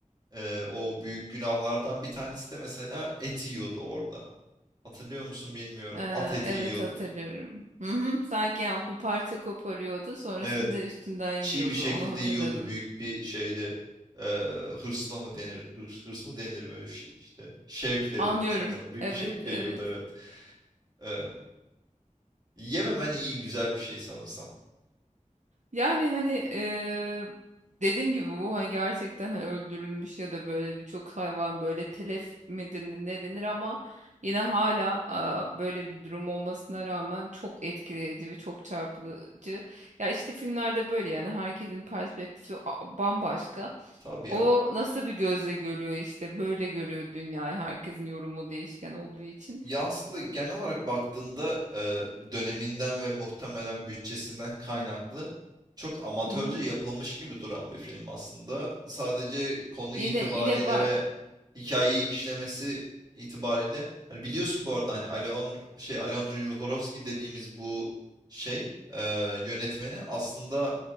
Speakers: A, on the right; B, on the right.
A: eee, o büyük günahlardan bir tanesi de mesela et yiyordu orada. Hatırlıyor musun bilmiyorum.
B: E,
A: At eti
B: evet
A: yiyordu.
B: hatırlıyorum. Hı hı, sanki yani bu parça koparıyordu sonrasında
A: Evet.
B: üstünden yiyordu
A: Çiğ bir şekilde
B: onu hatırladım.
A: yiyordu büyük bir şeyde. Eee hırsla mı denir? Hırs, hırs mı denir böyle şey işte. Şevkle
B: Anlıyorum.
A: denir sanırsam. Büyük
B: Evet
A: bir şevkle
B: evet.
A: yiyordu evet. Eee, yememen iyi güzel bir şey sanırsam.
B: Yani hani eee, dediğim gibi bu hani gerçekten hani öldürülmüş ya da böyle birçok hayvan böyle telef mi denir, ne denir ama yine hala aa, böyle bir durum olmasına rağmen çok etkileyici ve çok çarpıcı. Ya işte filmlerde böyle yani herkesin perspektifi a- bambaşka.
A: Tabii
B: O
A: ya.
B: nasıl bir gözle görüyor işte böyle görüyor dünyayı herkesin yorumu değişken olduğu için.
A: Ya aslında genel olarak baktığında e, döneminden ve muhtemelen bütçesinden kaynaklı çok amatörce
B: Hı hı.
A: yapılmış gibi duran bir film aslında. Sadece konu itibariyle
B: Yine yine var
A: ve hikayeyi işlemesi itibariyle hani biliyorsun bu arada hani Alejandro şey Alejandro Jodorowsky dediğimiz bu şey e, yönetmeni aslında